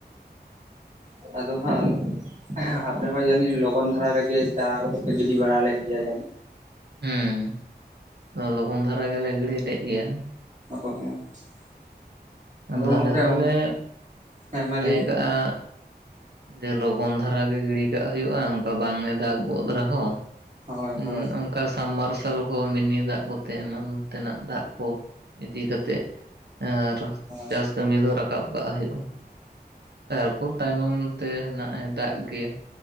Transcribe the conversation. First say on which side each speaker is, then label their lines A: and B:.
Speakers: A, on the right (about 45°); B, on the right (about 75°).
A: ᱚ ᱟᱫᱚ ᱦᱟᱸᱜ ᱟᱯᱮ ᱦᱚᱸ ᱡᱟᱱᱤᱡ ᱞᱚᱜᱚᱱ ᱫᱷᱟᱨᱟ ᱨᱮᱜᱮ, ᱪᱟᱨᱟ ᱠᱚᱫᱚ ᱯᱮ ᱜᱤᱰᱤ ᱵᱟᱲᱟ ᱞᱮᱫ ᱜᱮᱭᱟ ᱡᱟᱱᱤᱡ?
B: ᱦᱩᱸ, ᱞᱚᱜᱚᱱ ᱫᱷᱟᱨᱟ ᱜᱮᱞᱮ ᱜᱤᱲᱤ ᱞᱮᱫ ᱜᱮᱭᱟ᱾
A: <unintelligible>
B: ᱟᱫᱚ
A: ᱜᱚᱝᱠᱮ
B: ᱟᱞᱮ
A: ᱦᱮᱸ
B: ᱫᱚᱞᱮ ᱢᱚᱱᱮᱭ
A: ᱢᱟ ᱞᱟᱹᱭ ᱵᱤᱱ
B: ᱠᱟᱜᱼᱟ ᱡᱮ ᱞᱚᱜᱚᱱ ᱫᱷᱟᱨᱟ ᱜᱮ ᱜᱤᱲᱤ ᱠᱟᱜ ᱦᱩᱭᱩᱜᱼᱟ, ᱚᱱᱠᱟ ᱵᱟᱝ ᱮ ᱫᱟᱜ ᱜᱚᱫ ᱨᱮᱦᱚᱸ᱾
A: ᱦᱳᱭ
B: ᱩᱸ
A: ᱦᱳᱭ
B: ᱚᱱᱠᱟ ᱥᱟᱢᱢᱟᱨᱥᱟᱞ ᱠᱚ ᱢᱤᱱᱤ ᱫᱟᱜ ᱠᱚᱛᱮ ᱮᱢᱟᱱ ᱛᱮᱱᱟᱜ ᱫᱟᱜ ᱠᱚ᱾ ᱤᱫᱤ ᱠᱟᱛᱮᱜ ᱟᱨ
A: ᱦᱳᱭ
B: ᱪᱟᱥ ᱠᱟᱹᱢᱤ ᱫᱚ ᱨᱟᱠᱟᱵ ᱠᱟᱜ ᱦᱩᱭᱩᱜᱼᱟ᱾ ᱛᱟᱨᱯᱚᱨ ᱛᱟᱭᱱᱚᱢ ᱛᱮ ᱦᱮᱱᱟᱜ ᱮ ᱫᱟᱜ ᱜᱮᱭᱟ